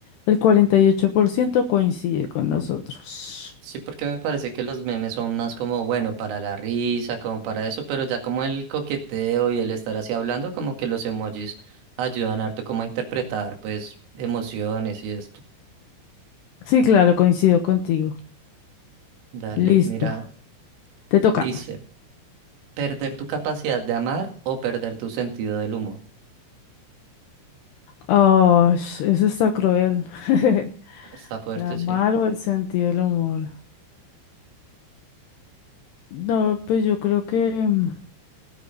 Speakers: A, on the left; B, on the right.
A: El 48% coincide con nosotros.
B: Sí, porque me parece que los memes son más como, bueno, para la risa, como para eso, pero ya como el coqueteo y el estar así hablando, como que los emojis ayudan harto como a interpretar, pues, emociones y esto.
A: Sí, claro, coincido contigo.
B: Dale,
A: Listo,
B: mira,
A: te toca.
B: dice, perder tu capacidad de amar o perder tu sentido del humor.
A: Oh, eso está cruel. <laughs>
B: Está fuerte,
A: La mal
B: sí.
A: o el sentido del humor. No, pues yo creo que, mm,